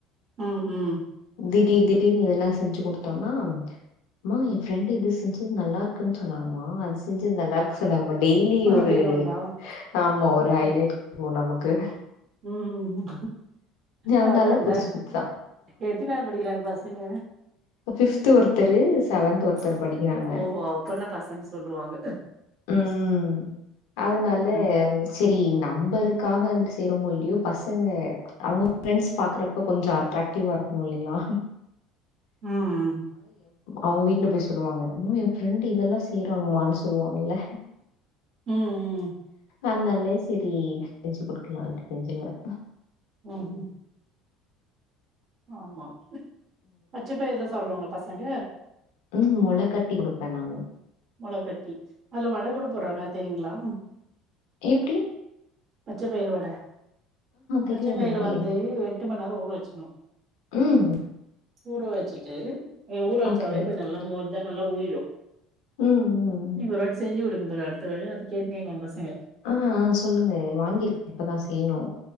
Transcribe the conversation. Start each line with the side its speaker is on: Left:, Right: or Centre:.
Right: ம் ம்
Left: திடீர் திடீர்னு எதுனா செஞ்சி குடுத்தோன்னா அம்மா ஏ ஃப்ரெண்ட் இது செஞ்சி நல்லா இருக்குன்னு சொன்னாங்க ம்மா அது செஞ்சது நல்லா இருக்கு சொன்னாங்கம்மா டெய்லி
Right: அப்டின்னுவாங்களா?
Left: ஒரு ஆமா ஒரு
Right: ம்,
Left: ஹை லைட் வந்துரு நமக் கு
Right: ம்
Left: அதனால
Right: பரவால்ல
Left: புதுசு புதுசா.
Right: எத்தினாப்படிக்கிறாங்க பசங்க
Left: பிஃப்து ஒருத்தரு ச வன்த் ஒருத்தர்
Right: ஆ
Left: படிக்கிறாங்க
Right: ஓஹோ அப்பன்னா பசங்க சொல்லுவாங்க
Left: உம் அதனால
Right: ம்
Left: சி தி நம்பருக்காக செய்றோமோ இல்லையோ பசங்க அவுங்க பிரெண்ட்ஸ் பாக்குறப்ப கொஞ்சம் அட்ரக்ட் டிவா இருக்கணும் இல்லைங்களா
Right: ம்
Left: அவுங்க வீட்டுல போய் சொல்லுவாங்க அம்மா என் ஃப்ரெண்டு இதெல்லாம் செய்யறாங்கமானு சொல்லுவாங்கல்ல
Right: உம் உம்
Left: அந்தாலே சேரி செஞ்சு குடுக்கலாம்ட்டு செஞ்சுருவேன்
Right: உம் உம் ஆமா பச்ச பயிர்லா சாப்டுவாங்களா பசங்க
Left: உம் முளை கட்டி கொடுப்பேன் நானு
Right: முளகட்டி அதுல வட கூட போடுறாங்க அது தெரியுங்களா
Left: எப்டி
Right: பச்ச பயிரு வட
Left: தெரியாதுங்களே!
Right: பச்ச பயிறு வந்து எட்டு மணி நேரம் ஊற வச்சுக்கணும்
Left: ம்.
Right: ஊற வச்சுட்டு ஊற வச்சாவே
Left: ஓகே.
Right: கொஞ்சம் நல்லா மோ தா நல்லா உறிடும்
Left: ம், ம்.
Right: நீங்க ஒருவாட்டி செஞ்சு கொடுங்க ப்ரோ அடுத்தவே அது கேட்டுனே இருப்பாங்க பசங்க
Left: உம் உம் சொல்லுங்க வாங்கியிருக்கு இப்பதான் செய்யணும்